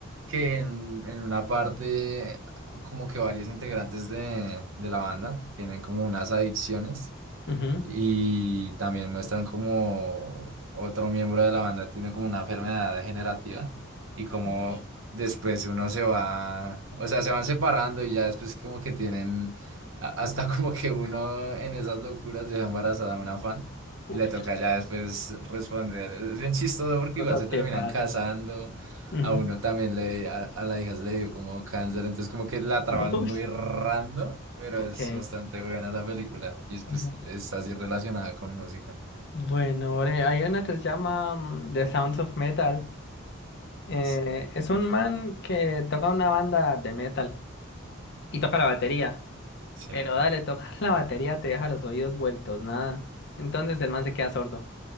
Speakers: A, on the right; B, on the left.
A: que en, en una parte como que varios integrantes de, de la banda tienen como unas adicciones.
B: Ujú,
A: Y también muestran como otro miembro de la banda tiene como una enfermedad degenerativa y como
B: ujú.
A: después uno se va, o sea, se van separando y ya después como que tienen, a- hasta <laughs> como que uno en esas locuras deja embarazada a una fan
B: Uy.
A: y le toca ya después responder. Es bien chistoso porque
B: Cosas
A: igual se
B: que
A: terminan
B: pasan.
A: casando
B: Ujú.
A: a uno también le, a, a la hija se le dio como cáncer, entonces como que la traban
B: Uy.
A: muy random, pero
B: Ok.
A: es bastante buena esa película. Y es, pues,
B: Ujú.
A: es así relacionada con música.
B: Bueno, ore, hay una que se llama mm, The Sounds of Metal. Eh,
A: The Sound of
B: es
A: Metal.
B: un man que toca una banda de metal y toca la batería.
A: Sí.
B: Pero dale, tocar la batería te deja los oídos vueltos, nada. Entonces el man se queda sordo.